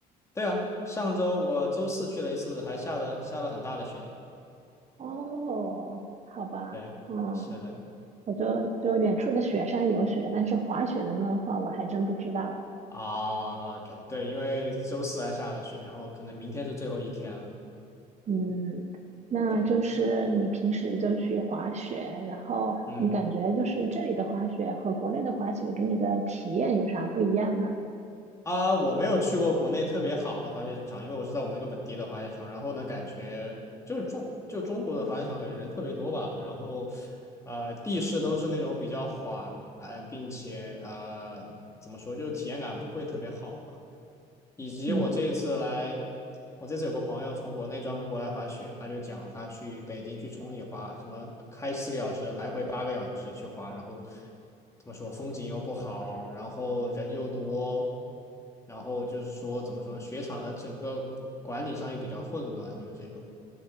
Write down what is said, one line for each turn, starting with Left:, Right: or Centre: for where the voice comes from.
Left: 对啊，上周我周四去了一次，还下了下了很大的雪。
Right: 哦，好吧，
Left: 对，
Right: 嗯，
Left: 是的，
Right: 我就就远处的雪山有雪，但是滑雪能不能滑，我还真不知道。
Left: 啊，OK，对，因为周四还下了雪，然后可能明天是最后一天了。
Right: 嗯，那就是你平时就去滑雪，
Left: 对，
Right: 然后你感觉就是这里的滑雪和国内的滑雪给你的体验有啥不一样吗？
Left: 嗯。啊，我没有去过国内特别好的滑雪场，因为我是在我们那个本地的滑雪场。然后呢，感觉就是中就中国的滑雪场，感觉人特别多吧。然后，呃，地势都是那种比较缓，并且呃，怎么说，就是体验感不会特别好吧。以及我这一次来，
Right: 嗯
Left: 我这次有个朋友从国内专门过来滑雪，他就讲他去北京去崇礼滑，什么开四个小时，来回八个小时去滑，然后怎么说风景又不好，然后人又多，然后就是说怎么说呢雪场的整个管理上也比较混乱，就是这种。